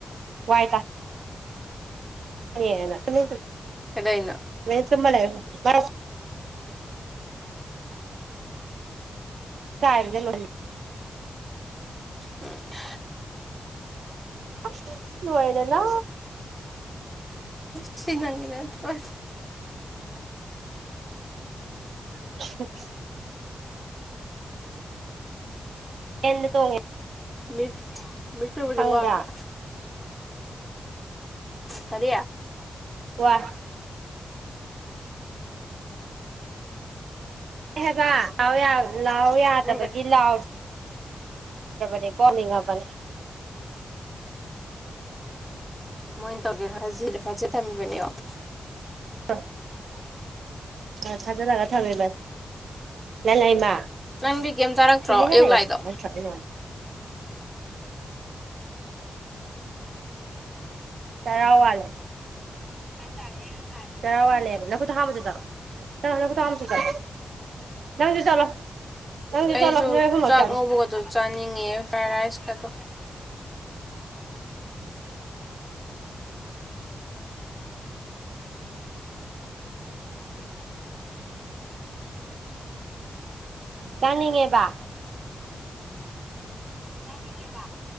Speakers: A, on the right (about 85°); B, in the centre.
A: ꯋꯥꯏꯗꯥ ꯐꯩꯌ‌ꯦꯅ <unintelligible>
B: ꯀꯩꯗꯧꯅꯣ
A: ꯦꯁꯕ <unintelligible> ꯂꯩꯦ <unintelligible> ꯀꯥꯏ ꯂꯩ <unintelligible> ꯂꯣꯏ
B: ꯑ <unintelligible>
A: ꯑꯁ ꯂꫭꯏꯔ‌ꯦꯗꯅ
B: ꯁꯤ ꯅꯪꯒꯤ ꯅꯠꯇ꯭ꯔꯣ
A: ꯎ <unintelligible> ꯑ‌ꯦꯝꯗ ꯇꯣꯡ <unintelligible>
B: ꯃꯤꯁ ꯃꯤꯁ ꯑꯣꯏꯕꯁꯦ
A: ꯈꯪꯕ꯭ꯔꯥ
B: ꯋꯥꯕ꯭ꯔꯥ ꯀꯔꯤ
A: ꯋꯥꯏ ꯑꯦ ꯍꯥꯏꯦꯕ ꯂꯥꯎ ꯂꯥꯎ ꯌꯥꯗꯕꯒꯤ
B: ꯅꯪ
A: ꯂꯥꯎ ꯅꯤ <unintelligible> ꯀꯣꯂꯤꯒꯕꯅꯤ <unintelligible>
B: ꯃꯣꯏꯅ ꯇꯧꯒꯦ ꯐꯖ ꯊꯝꯃꯤꯕꯅꯤꯌꫭ
A: ꯑꯥ <unintelligible> ꯑ ꯐꯥꯖꯤꯜꯂꯒ ꯊꯝꯃꯦꯕ ꯂꯥꯏ ꯂꯏꯃ
B: ꯅꯪꯗꯤ ꯀꯩꯝ ꯆꯥꯔꯛꯇ꯭ꯔꯣ
A: ꯇꯨꯃꯤꯟꯅ
B: ꯑꯌꯨꯛ
A: ꯂꯩꯌꫭ
B: ꯂꯥꯏꯗꯣ
A: ꯅꯠꯇꯔꯥꯗꯤ <unintelligible> ꯆꯔꯥ ꯋꯥꯂꯤ
B: ꯆꯥꯏ ꯌꯥꯅꯥꯏ <unintelligible>
A: ꯆꯔꯥ ꯋꯥꯠꯂꯦꯕ ꯅꯪꯈꯨꯠꯇꫭ ꯍꯥꯝꯃꯨꯆꫭ ꯆꯠꯂꫭ ꯆꯠꯂꫭ ꯅꯈꯨꯠꯇꫭ ꯍꯥꯝꯃꯨꯆꫭ ꯆꯠꯂꯣ ꯅꯪꯖꯨ ꯆꯠꯂꯣ ꯅꯪꯖꯨ
B: ꯑꯩꯁꯨ
A: ꯆꯠꯂꯣ ꯅꫭꯏ ꯑꯍꯨꯝꯃꯛ
B: ꯆꯥꯛ
A: ꯆꯠꯂꫭ
B: ꯉꯧꯕꯒꯗꯣ ꯆꯥꯅꯤꯡꯉꯦ ꯐ꯭ꯔꯥꯏ ꯔꯥꯏꯁꯀꯗꯣ
A: ꯆꯥꯅꯤꯡꯉꯦꯕ
B: ꯆꯅꯤꯡꯉ‌ꯦꯕ